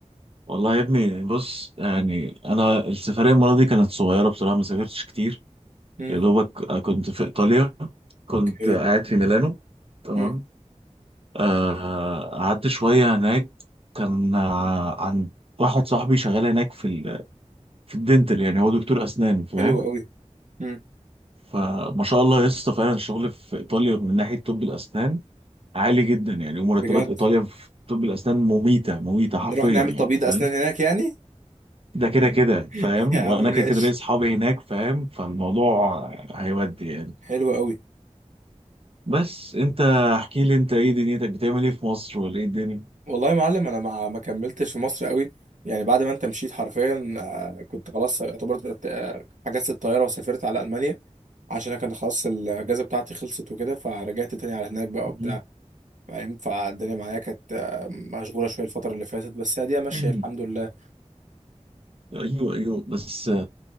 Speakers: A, on the right; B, on the right.
A: والله يا ابني بص يعني انا السفريه المره دي كانت صغيره بصراحه ما سافرتش كتير
B: امم
A: يا دوبك كنت في ايطاليا كنت
B: اوكي
A: قاعد في ميلانو تمام
B: امم
A: آه، قعدت شويه هناك كان آه، عن واحد صاحبي شغال هناك في في الدنتال يعني هو دكتور اسنان فاهم
B: حلو قوي امم
A: فما شاء الله يا اسطى فعلا الشغل في ايطاليا من ناحيه طب الاسنان عالي جدا يعني ومرتبات
B: بجد
A: ايطاليا في طب الاسنان مميته مميته حرفيا
B: نروح نعمل
A: يعني
B: تبييض
A: فاهم
B: اسنان هناك يعني
A: ده كده كده فاهم
B: <laughs> يا عم
A: وانا
B: ماشي
A: كده كده ليا اصحابي هناك فاهم فالموضوع هيودي يعني
B: حلو قوي
A: بس انت احكي لي انت ايه دنيتك بتعمل ايه في مصر ولا ايه الدنيا
B: والله يا معلم انا ما ما كملتش في مصر قوي يعني بعد ما انت مشيت حرفيا آه، كنت خلاص اعتبرت آه، حجزت الطياره وسافرت على المانيا عشان انا كان خلاص الاجازه بتاعتي خلصت وكده فرجعت تاني على هناك بقى
A: مهم.
B: وبتاع فاهم فالدنيا معايا كانت آه، مشغوله شويه الفتره اللي فاتت بس هي دي ماشيه
A: <clears throat>
B: الحمد لله
A: ايوه ايوه بس